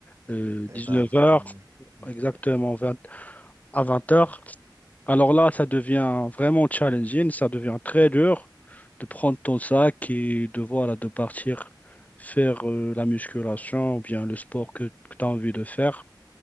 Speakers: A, on the left; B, on the right.
A: 19
B: Et tard.
A: heures
B: Euh, ouais,
A: exactement
B: ouais,
A: à 20h. Alors là, ça devient vraiment challenging, ça devient très dur de prendre ton sac et de, voilà, de partir faire euh, la musculation ou bien le sport que, tu as envie de faire.